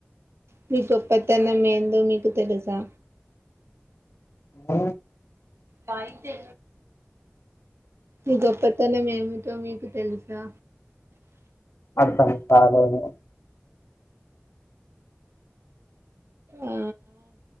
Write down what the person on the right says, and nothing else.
మీ గొప్పతనం ఏందో మీకు తెలుసా
పయితే ఈ గొప్పతనం ఏమిటో మీకు తెలుసా
ఆ